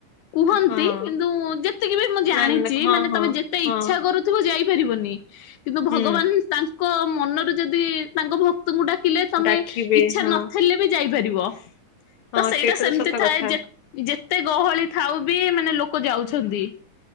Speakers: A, on the left (about 75°); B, on the left (about 50°).
A: କୁହନ୍ତି
B: ହଁ
A: କିନ୍ତୁ ଯେତିକି ବି ମୁଁ ଜାଣିଛି
B: ନା ନା ନା ହଁ
A: ମାନେ
B: ହଁ
A: ତମେ ଯେତେ
B: ହଁ
A: ଇଚ୍ଛା କରୁ। ଥିବ ଯାଇପାରିବନି କିନ୍ତୁ
B: ହୁଁ
A: ଭଗବାନ ତାଙ୍କ ମନରେ ଯଦି ତାଙ୍କ ଭକ୍ତଙ୍କୁ ଡା। କିଲେ ତମେ
B: ଡାକିବେ
A: ଇଚ୍ଛା
B: ହଁ
A: ନଥିଲେ ବି ଯାଇପାରିବ।
B: ହଁ
A: ତ ସେଇଟା ସେମିତି
B: ତ ସତ
A: ଥାଏ
B: କଥା
A: ଯେ ଯେତେ ଗହଳି। ଥାଉ ବି ମାନେ ଲୋକ ଯାଉଛନ୍ତି